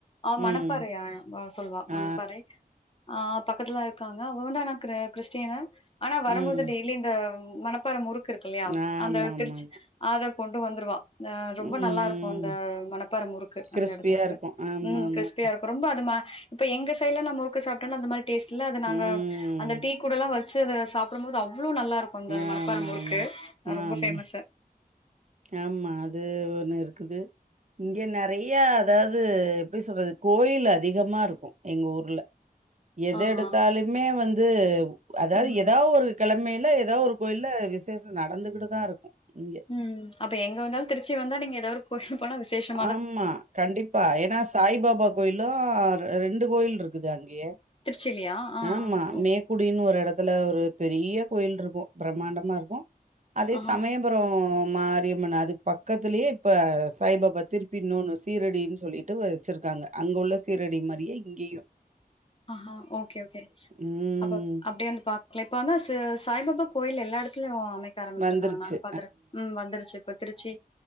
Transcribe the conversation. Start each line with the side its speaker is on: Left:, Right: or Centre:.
Left: அவ
Right: ம்.
Left: மணப்பாறையா ஆ சொல்லுவா மணப்பாறை
Right: ஆ.
Left: ஆ பக்கத்ல காங்க அவ வந்து ஆனா க்ரு க்றிஸ்டினு ஆனா வரம்போது
Right: ம்.
Left: டெய்லி இந்த மனப்பார முறுக்கு ருக்கு இல்லையா
Right: ஆமாமாமா.
Left: அந்த திருச்சி அத கொண்டு வந்துருவா அ ரொம்ப
Right: ம்.
Left: நல்லா இருக்கு அந்த மணப்பாற முறுக்கு
Right: கிறிஸ்பியா
Left: அந்த எடத்துல அது
Right: இருக்கும். ஆமாமா.
Left: ம் க்றிஸ்பியா இருக்கு ரொம்ப அதுமா இப்ப எங்க சைடுல நா முருக்கு சாப்ட்டன்னா அந்த மாரி டேஸ்ட்டுல்ல அது நாங்க
Right: ம்.
Left: அந்த டீ கூடலா வச்சு அத சாப்டும் போது அவ்லோ நல்லா இருக்கு அந்த
Right: ஆமாமா.
Left: மணப்பார முருக்கு ரொம்ப
Right: ஆமா.
Left: ஃபேமஸ்சு
Right: ஆமா அது ஒண்ணு இருக்குது இங்க நறைய அதாது எப்டி சொல்றது கோயில் அதிகமா இருக்கு எங்க ஊர்ல எத
Left: ஆஹா
Right: எடுத்தாலுமே வந்து அதாது
Left: ம்
Right: ஏதா ஒரு கெழமையில ஏதா ஒரு கோயில்ல விசேஷோ நடந்துகிட்டு தா இருக்கு இங்க
Left: ம் அப்ப எங்க வந்தாலு திருச்சி வந்தா நீங்க ஏதோருக்கோ கோயில் போனா விஷேசோ
Right: ஆம்மா கண்டிப்பா ஏனா சாய் பாபா கோயிலு ரெண்டு கோயில் இருக்குது அங்கயே
Left: திருச்சிலயா ஆ
Right: ஆமா
Left: ஓகே
Right: மே குடினு ஒரு எடத்துல ஒரு பெரிய கோயில் இருக்கு பிரமாண்டமா இருக்கு அதே
Left: ஆஹா
Right: சமயம் புரம் மாரியம்மன் அதுக்கு பக்கத்திலேயே இப்ப சாய்பாபா இப்ப திருப்பி இன்னொனு சீரடினு சொல்லிட்டு வச்சிருக்காங்க அங்க உள்ள சீரடி மாரியே இங்கேயு
Left: ஆஹா ஓகே ஓகே
Right: ம்
Left: அப்ப அப்டியே வந்து பாக் லா இப்ப வந்து ச சாய்பாபா கோயில் எல்லா எடத்லயு வைக்க ஆரம்பிச்சிருக்காங்க
Right: வந்துருச்சு
Left: நானு பாக்குற ம் வந்துருச்சு இப்ப திருச்சி